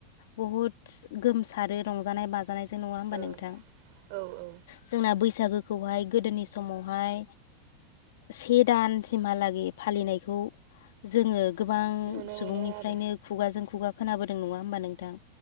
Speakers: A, on the left (about 65°); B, on the right (about 45°).
A: बहुद गोमसारो रंजानाय बाजानाय नङा होमबा
B: औ
A: नोंथां?
B: औ औ
A: जोंना बैसागो खौहाय गोदोनि समावहाय से दानसिमहालागै फालिनायखौ जोङो गोबां
B: नुनो
A: सुबुंनिफ्रायनो
B: मोनो आरो
A: खुगाजों खुगा खोनाबोदों नङा होमबा नोंथां?